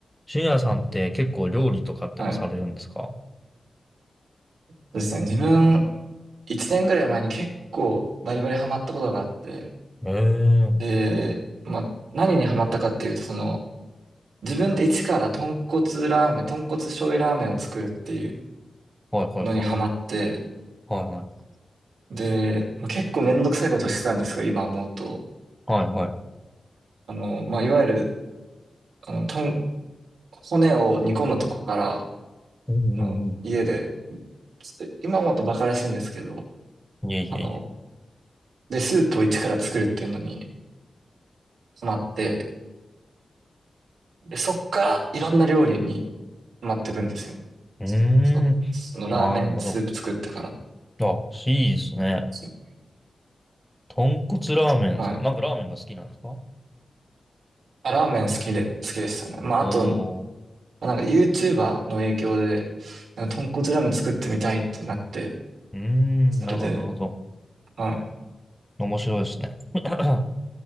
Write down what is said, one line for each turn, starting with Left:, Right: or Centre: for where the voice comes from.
Centre: 深夜さんって結構料理とかってのはされるんですか
Right: はい。そうですね。自分、1年ぐらい前に結構バリバリハマったことがあって、
Centre: ええー、
Right: で、まあ、何にハマったかっていうと、その、自分で一から豚骨ラーメン、豚骨醤油ラーメンを作るっていう
Centre: はいはいはい。
Right: のにハマって、
Centre: はいはい。
Right: で、まあ、結構めんどくさいことしてたんですけど、今思うと。
Centre: はいはい。
Right: あの、まあ、いわゆる、あの、とん、骨を煮込むとこから、あ
Centre: うん
Right: の、
Centre: うんう
Right: 家で、ちょっと今思うとバカらしいんですけど、
Centre: ん。いえいえいえ
Right: あの、で、スープを一から作るっていうのにハマって、で、そっからいろんな料理にハマっていくんですよね。
Centre: いえ。
Right: そ、そそのラーメンスープ作ってから。
Centre: うーん、なるほど。あ、いいですね。
Right: そう
Centre: 豚骨ラーメンですかなんかラーメンが好きなんですか
Right: はい。あ、ラーメン好きで、好きでしたね。まあ、
Centre: おー。
Right: あと、まあなんか YouTuber の影響で、なんか豚骨ラーメン作ってみたいってなって、
Centre: うーん、
Right: それで、
Centre: なるほどなるほど。
Right: はい、
Centre: 面白いですね。<clears throat> <coughs> ラ